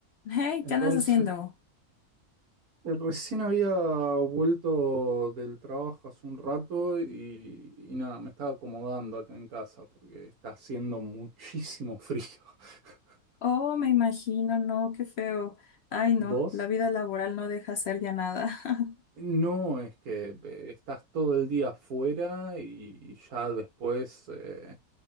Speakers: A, on the left (about 75°); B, on the right (about 70°).
A: Hey,
B: Entonces,
A: ¿qué andas haciendo?
B: eh, recién había vuelto del trabajo hace un rato y, y nada, me estaba acomodando acá en casa porque está haciendo muchísimo frío. <laughs>
A: Oh, me imagino, no, qué feo. Ay, no,
B: ¿Vos?
A: la vida laboral no deja hacer ya nada. <laughs>
B: No, es que eh, estás todo el día afuera y ya después, eh,